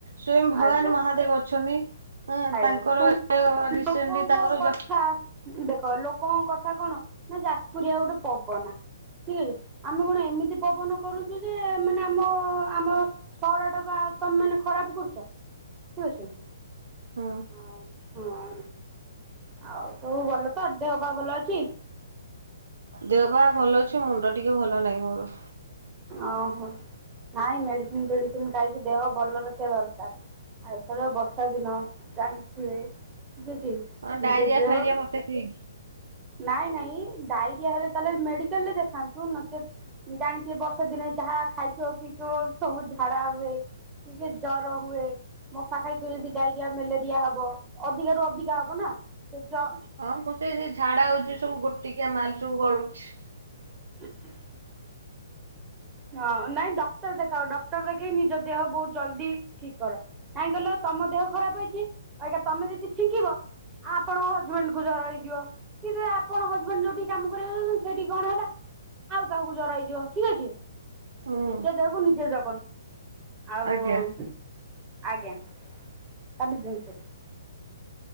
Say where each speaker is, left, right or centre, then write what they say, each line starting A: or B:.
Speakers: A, on the right; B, on the right.
A: ସ୍ଵୟଂ ଭଗବାନ
B: ଆଜ୍ଞା
A: ମହାଦେବ ଅଛନ୍ତି। ହଁ
B: ଆଜ୍ଞା
A: ତାଙ୍କର
B: କିନ୍ତୁ
A: ରସେଣ୍ଟଲି
B: ଲୋକଙ୍କ
A: ତାଙ୍କର
B: କଥା ଦେଖ ଲୋକଙ୍କ କଥା କଣ ନା ଯାଜପୁରଆ ଗୋଟେ ପବନା। କିଏ ଆମେ କଣ ଏମିତି ପବନ କରୁଛୁ ଯେ ମାନେ ଆମ ଆମ ସହର ଟାକୁ ତମେ ମାନେ ଖରାପ କରୁଛ ଠିକ୍ ଅଛି।
A: ହଁ
B: ଆଉ ହଁ ଆଉ ସବୁ ଭଲ ତ ଦେହ ପା ଭଲ ଅଛି।
A: ଦେହ ପାହା ଭଲ ଅଛି। ମୁଣ୍ଡ ଟିକେ ଭଲ ନାହିଁ ମୋର।
B: ଓହୋ ନାଇଁ ମେଡ଼ିସିନ ଫେଡ଼ିସିନ ଖାଇକି ଦେହ ଭଲ ରଖିବା ଦରକାର। ଆଉ ଏଥର ବର୍ଷା ଦିନ ଜାଣିଥିବେ।
A: ହଁ ଡାଇରିଆ
B: ନିଜ ଦେହ
A: ଫାଇରିଆ ମତେ ହେଇନି।
B: ନାଇଁ ନାଇଁ ଡ଼ାଇରିଆ ହେଲେ ତା'ହେଲେ ମେଡ଼ିକାଲ୍ ରେ ଦେଖାନ୍ତୁ। ନଚେତ୍ ଜାଣିଥିବେ ବର୍ଷା ଦି ଯାହା ଖାଇଥିବ, ପିଇଥିବ ସବୁ ଝାଡ଼ା ହୁଏ। ଟିକେ ଜର ହୁଏ। ମଶା ଖାଇ ଥିବ ଯଦି ଡ଼ାଇରିଆ, ମେଲେରିଆ ହବ, ଅଧିକା ରୁ ଅଧିକା ହବ ନା। ସେ ଜ
A: ହଁ ମୁଁ ସେ ସେ ଝାଡ଼ା ହଉଚି, ସବୁ ଗୋଟିକିଆ ମାଲ୍‌ ସବୁ ଗଳୁଛି।
B: <unintelligible> ହଁ ନାଇଁ ଡକ୍ଟର୍ ଦେଖାଅ, ଡକ୍ଟର୍ ଦେଖେଇ ନିଜ ଦେହ ବହୁତ୍ ଜଲ୍ଦି ଠିକ୍ କର। କାଇଁ କହିଲ ତମ ଦେହ ଖରାପ୍ ହେଇଚି, ଇଟା ତମେ ଯଦି ଛିଙ୍କିବ। ଆପଣ ହଜବେଣ୍ଟ୍ କୁ ଜର ହେଇଯିବ। କି ଆପଣ ହଜବେଣ୍ଟ୍ ଯଉଠିକି କାମ କରିବାକୁ ଯାଉଚନ୍ତି, ସେଇଠି କଣ ହେଲା ଆଉ କାହାକୁ ଜର ହେଇଯିବ ଠିକ୍ ଅଛି।
A: ହୁଁ
B: ନିଜ ଦେହକୁ ନିଜେ ଜଗନ୍ତୁ। ଆଉ
A: ଆଜ୍ଞା।
B: <inaudible>